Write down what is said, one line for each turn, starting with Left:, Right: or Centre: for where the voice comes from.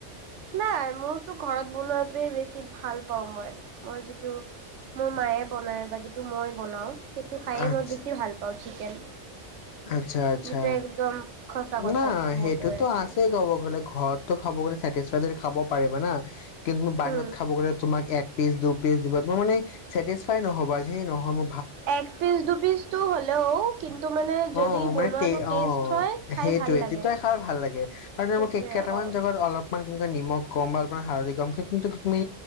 Right: নাই মোৰতো ঘৰত বনোৱাতে বেছি ভাল পাওঁ মই মই যিটো মোৰ মায়ে বনাই বা যিটো মই বনাও সেইটো খাইয়ে
Left: আচ্ছ
Right: মই বেছি ভাল পাওঁ চিকেন
Left: আচ্ছা আচ্ছা,
Right: যিটো একদম সঁচা কথা
Left: ন
Right: যিটো
Left: সেইটোতো
Right: মই কৈ আছোঁ
Left: আছেই ক'ব গ'লে ঘৰততো খাব গ'লে চেটিছফাইড খাব পাৰিবা না কিন্তুু বাহিৰত
Right: উম,
Left: খাব গ'লে তোমাক এক পিচ, দু পিচ দিব। তোমাৰ মানে চেটিছফাই নহবা সে নহয় ম
Right: এক পিচ, দু পিচটো হলেও কিন্তু মানে যদি
Left: অ
Right: বনোৱাটো
Left: মানে তে
Right: টেষ্ট
Left: অ
Right: হয় খাই
Left: সেইটোয়ে
Right: ভাল লাগে।
Left: তেতিয়াই খাই ভাল লাগে আৰু
Right: সেইটোৱে
Left: মোক কেইটামান
Right: অ,
Left: জগত অলপমান তেনেুৱা নিমখ কম, বা আপোনাৰ হালদি কম কিন্তু মে